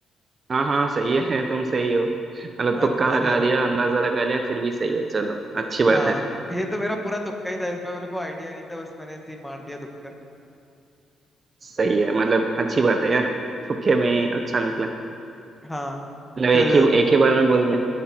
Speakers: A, on the right (about 40°); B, in the centre.
A: हाँ हाँ सही है <laughs> तुम सही हो मतलब
B: अच्छा
A: तुक्का लगा दिया अंदाजा लगा लिया फिर भी सही हो चलो अच्छी बात
B: हाँ
A: है
B: ये तो मेरा पूरा तुक्का ही था इसमें मेरे को आइडिया नहीं था बस मैंने ऐसे ही मार दिया तुक्का
A: सही है मतलब अच्छी बात है यार तुक्के में ही अच्छा निकला
B: हाँ
A: मतलब एक
B: चलो
A: ही एक ही बार में बोल दिया